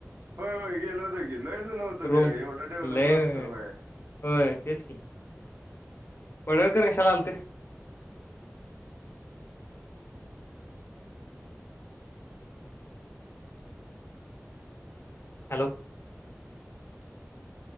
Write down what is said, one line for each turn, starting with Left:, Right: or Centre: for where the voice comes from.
Right: होय होय गेलो होतो की. लयच नव्हतं
Left: रूम
Right: त्यावेळी एवढं डेव्हलप
Left: लय
Right: नव्हतं व्हय.
Left: होय तेच की पडळकर कशाला आलत? हॅलो.